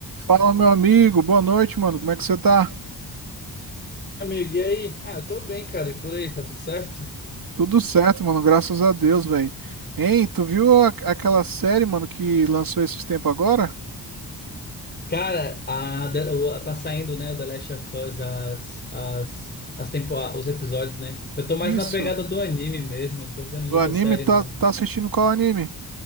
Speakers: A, on the right (about 60°); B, on the left (about 25°).
A: Fala, meu amigo. Boa noite, mano. Como é que você tá?
B: amigo, e aí? Ah, eu tô bem, cara, e por aí, tá tudo certo?
A: Tudo certo, mano. Graças a Deus, velho. Hein, tu viu a- aquela série, mano, que lançou esses tempos agora?
B: Cara, a, The- o- tá saindo, né, o The Last of Us, as, as, as tempo, os episódios, né? Eu tô
A: Isso.
B: mais na pegada do anime mesmo, eu não tô vendo muita
A: Do anime,
B: série,
A: tá,
B: não.
A: tá assistindo qual anime?